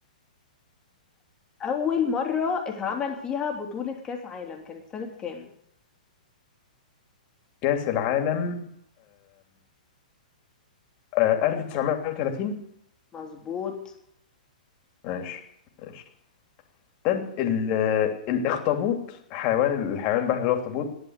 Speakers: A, on the left; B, on the left.
A: أول مرة اتعمل فيها بطولة كأس عالم كانت سنة كام؟
B: كأس العالم آه 1930
A: مظبوط
B: ماشي ماشي طب ال- آه، الاخطبوط حيوان الحيوان البحري اللي هو الاخطبوط